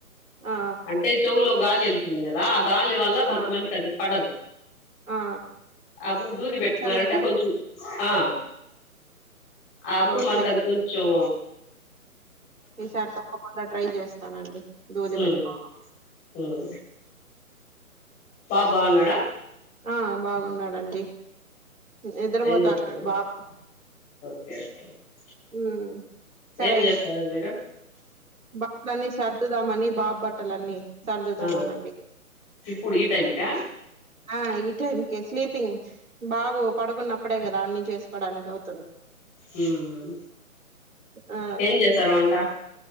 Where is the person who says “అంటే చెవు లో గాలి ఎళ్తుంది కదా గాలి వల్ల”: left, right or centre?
Left